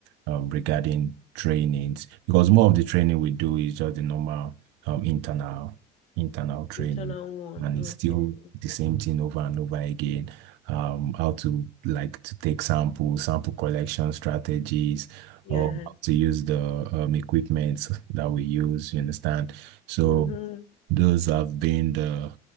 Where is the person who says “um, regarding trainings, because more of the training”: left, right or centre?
Right